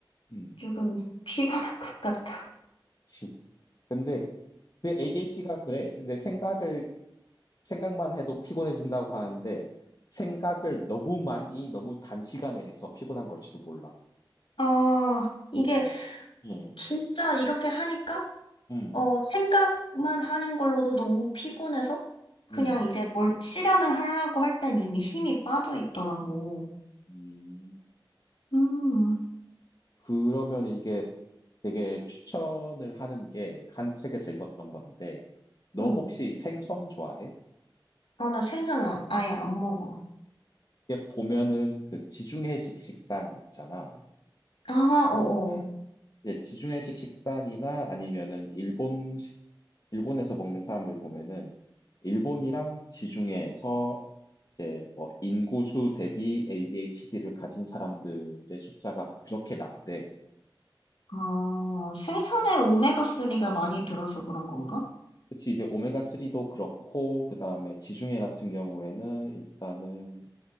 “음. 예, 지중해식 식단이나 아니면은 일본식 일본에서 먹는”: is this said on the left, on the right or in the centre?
Left